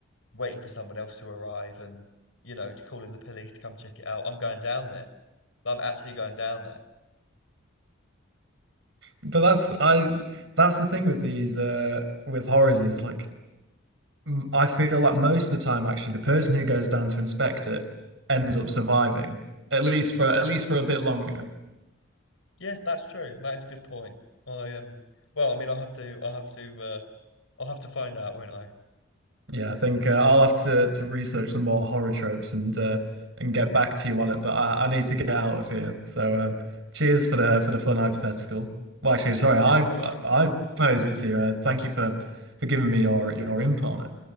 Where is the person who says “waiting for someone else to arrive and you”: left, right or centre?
Left